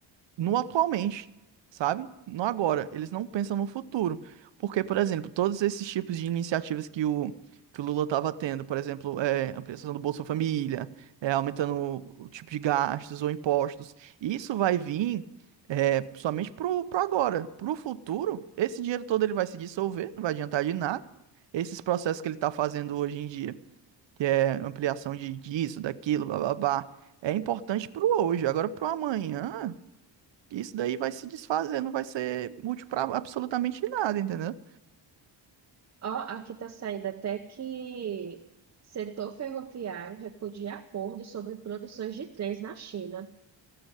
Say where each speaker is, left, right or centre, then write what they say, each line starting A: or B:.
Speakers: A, on the right (about 65°); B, on the right (about 35°).
A: no atualmente, sabe? No agora. Eles não pensam no futuro. Porque, por exemplo, todos esses tipos de iniciativas que o, que o Lula estava tendo, por exemplo, é, ampliação do Bolsa Família, é, aumentando o, o tipo de gastos ou impostos, isso vai vir é, somente pro, pro agora. Pro futuro, esse dinheiro todo ele vai se dissolver, não vai adiantar de nada. Esses processos que ele está fazendo hoje em dia, que é ampliação de disso, daquilo, blá blá blá, é importante pro hoje. Agora, pro amanhã isso daí vai se desfazer, não vai ser útil pra absolutamente nada, entendeu?
B: Ó, aqui tá saindo até que setor ferroviário repudia acordo sobre produções de trens na China.